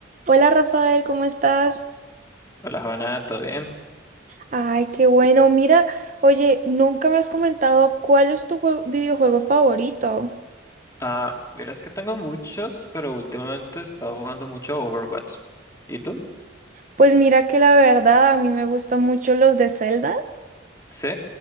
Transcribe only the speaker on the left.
Hola, Habana, ¿todo bien?
Ah, verás que tengo muchos, pero últimamente he estado jugando mucho Overwatch. ¿Y tú?
Sí,